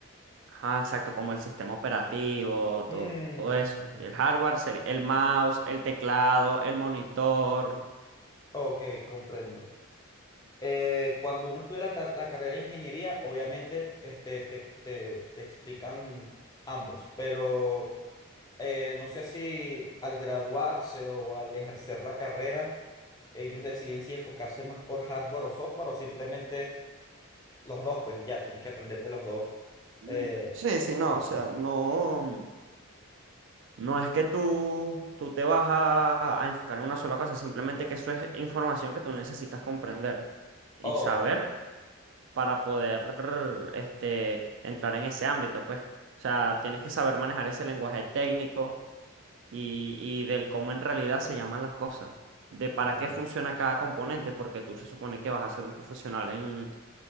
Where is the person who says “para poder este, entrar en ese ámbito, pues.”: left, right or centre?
Right